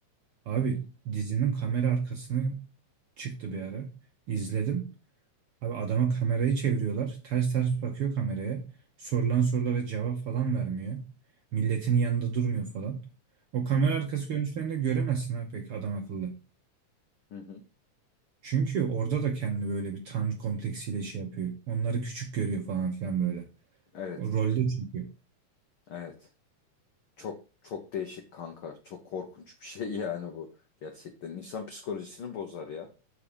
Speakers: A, on the right; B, on the left.
A: Abi
B: Hı hı.
A: dizinin kamera arkasını çıktı bir ara. İzledim. Abi adama kamerayı çeviriyorlar. Ters ters bakıyor kameraya. Sorulan sorulara cevap falan vermiyor. Milletin yanında durmuyor falan. O kamera
B: Hı hı.
A: arkası görüntülerinde göremezsin ha pek adam akıllı.
B: Hı hı.
A: Çünkü orada da kendi böyle bir tanrı kompleksiyle şey yapıyor. Onları küçük görüyor falan filan böyle.
B: Evet.
A: O rolde çünkü.
B: Evet. Çok çok değişik kanka. Çok korkunç bir şey <laughs> yani bu. Gerçekten insan psikolojisini bozar ya.